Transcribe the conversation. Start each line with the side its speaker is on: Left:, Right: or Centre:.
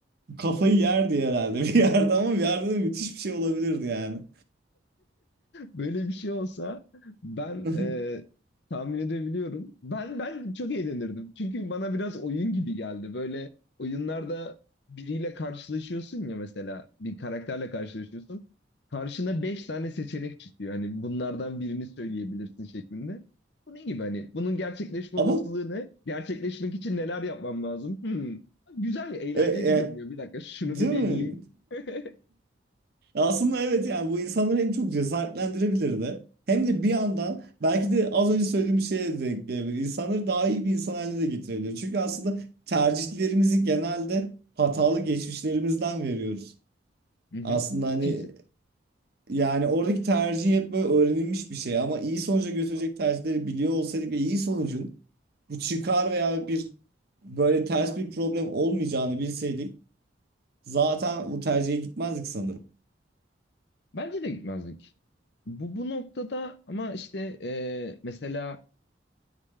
Right: Kafayı yerdi herhalde bir yerde ama bir yerde de müthiş bir şey olabilirdi yani.
Left: Böyle bir şey olsa ben
Right: <laughs>
Left: e, tahmin edebiliyorum. Ben ben çok eğlenirdim. Çünkü bana biraz oyun gibi geldi. Böyle oyunlarda biriyle karşılaşıyorsun ya mesela bir karakterle karşılaşıyorsun. Karşına beş tane seçenek çıkıyor. Hani bunlardan birini söyleyebilirsin şeklinde. Bu ne gibi hani bunun gerçekleşme
Right: Ama
Left: olasılığı ne? Gerçekleşmek için neler yapmam lazım? Hmm. Güzel, eğlenceli
Right: e, e,
Left: görünüyor. Bir dakika şunu
Right: değil
Left: bir deneyeyim.
Right: mi?
Left: <laughs>
Right: <laughs> Aslında evet yani bu insanları hem çok cesaretlendirebilirdi hem de bir yandan belki de az önce söylediğim şeye denk gelebilir. İnsanları daha iyi bir insan haline de getirebilir. Çünkü aslında tercihlerimizi genelde hatalı geçmişlerimizden veriyoruz.
Left: Hı hı.
Right: Aslında hani
Left: Kesin.
Right: Yani oradaki tercih hep böyle öğrenilmiş bir şey ama iyi sonuca götürecek tercihleri biliyor olsaydık ve iyi sonucun bu çıkar veya bir böyle ters bir problem olmayacağını bilseydik zaten bu tercihe gitmezdik sanırım.
Left: Bence de gitmezdik. Bu bu noktada ama işte e, mesela